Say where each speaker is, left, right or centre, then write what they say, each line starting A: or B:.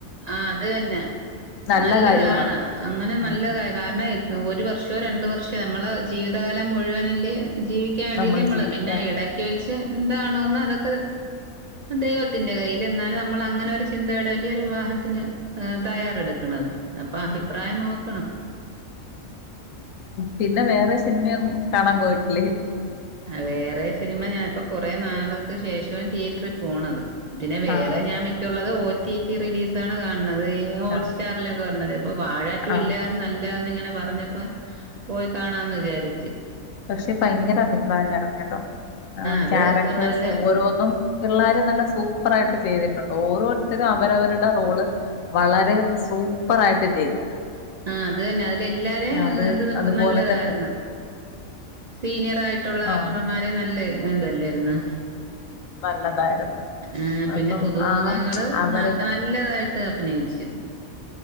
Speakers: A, on the right; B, on the left.
A: ആഹ് അത് തന്നെ
B: നല്ല
A: നല്ലതാണ്
B: കാര്യമാണത്
A: അങ്ങനെ നല്ലതായി
B: ഉം
A: കാരണം ഒരു വർഷോ രണ്ട് വർഷോ നമ്മളെ ജീവിതകാലം മുഴുവനെല്ലേ ജീവി ക്കാൻ വേണ്ടിയല്ലേ
B: നമ്മൾ
A: നമ്മള്
B: ജീവിക്കാൻ
A: പിന്നെ ഇടക്ക് വെച്ച് എന്താണോന്ന് അതൊക്കെ ദൈവത്തിന്റെ കയ്യിൽ എന്നാലും നമ്മൾ അങ്ങനെ ഒരു ചിന്തയിടല്ലേ ഒരു വിവാഹ ത്തിന് ഏഹ് തയ്യാറെടുക്കണത് അപ്പൊ അഭിപ്രായം
B: ഉം
A: നോക്കണം
B: പിന്നെ വേറെ സിനിമയൊന്നും കാണാൻ പോയിട്ടില്ലേ
A: വേറെ സിനിമ ഞാൻപ്പോ കൊറെേ നാൾക്ക് ശേഷം തിയേറ്ററിൽ പോണത് പിന്നെ വേറെ
B: ആഹ്
A: ഞാൻ മിക്കുള്ളത് ഓ ടി ടി റിലീസ് ആണ് കാണുന്നത് ഈ ഹോട്ട്സ്റ്റാർ
B: കാണും
A: ലൊക്കെ വെർണെത് ഇപ്പൊ വാഴാ റ്റു
B: ആഹ്
A: ഇല്ലാരും നല്ലന്ന് ഇങ്ങനെ പറഞ്ഞ പ്പ പോയി കാണാന്ന് വിചാരിച്ച്
B: പക്ഷേ ഭയങ്കര അഭിപ്രായമായിരുന്നു കേട്ടോ ആഹ്
A: അത്
B: ക്യാരക്ടേഴസ്
A: ഇപ്പൊ നല്ല
B: ഓരോന്നും പിള്ളാര് നല്ല സൂപ്പർ ആയിട്ട് ചെയ്തിട്ടുണ്ട് ഓരോരുത്തരും അവരവരുടെ റോള് വളരെ സൂപ്പറായിട്ട് ചെയ്ത്
A: ആഹ് അത് തന്നെ അതില എല്ലാരേം
B: അത്
A: ഇത്
B: അതുപോലെ
A: നല്ലതായിരുന്നു
B: തന്നെ
A: സീനിയർ ആയി ട്ടുള്ള
B: ആഹ്
A: ആക്ടർമാര് നല്ല ഏഹ് ഇതല്ലേയിരുന്നോ
B: നല്ലതായിരുന്നു
A: ഏഹ് പിന്നെ
B: അപ്പം
A: പുതുമുഖങ്ങള്
B: ആ അവരുടെ
A: ന ല്ലതായിട്ട് അഭിനയിച്ച്